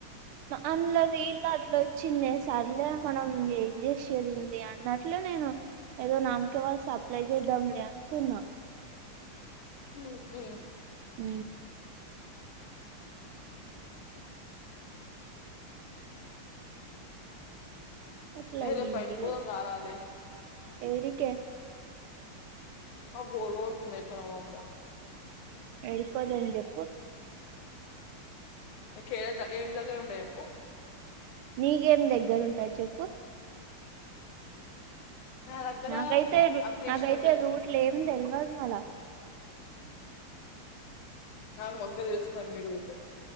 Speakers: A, on the right (about 85°); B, on the left (about 80°).
A: అందులో రీల్లో అట్లొచ్చింది సర్లే మనం ఏం చేసేదుంది అన్నట్లు నేను ఏదో నామ్కీవల్ సప్లై చేద్దాంలే అనుకున్నా
B: చూడు గూ
A: ఊ అట్ల
B: ఏ
A: అయ్యిందిగా
B: రేపు బయటికి పోదాం రారాదే
A: ఎవరికే
B: ఆ బోర్ కొడుతుందే ఇంట్లోనే ఉన్నానిగ
A: ఏడికి పోదాం చెప్పు
B: ఎట్ల చేద్దాం ఏం చదువులు ఉంటాయి చెప్పు
A: నీకేం దగ్గర ఉంటయ్ చెప్పు
B: నా దగ్గర
A: నాకైతే రూ
B: ఆ క్రిష్
A: నాకైతే
B: ఉంటాయి
A: రూట్లు ఏం తెల్వదుమల
B: నాకు ముందే తెలుసు మరి మీ రూటు